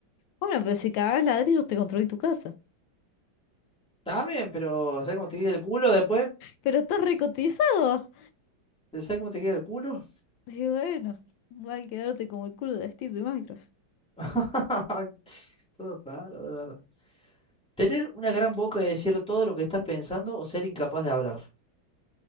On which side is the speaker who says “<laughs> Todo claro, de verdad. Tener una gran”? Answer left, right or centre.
Centre